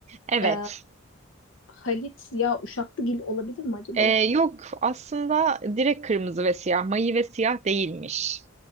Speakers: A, on the right; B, on the left.
A: Evet.
B: Ee, Halit ya Uşaklıgil olabilir mi acaba?
A: Ee, yok aslında direkt Kırmızı ve Siyah, Mayı ve Siyah değilmiş.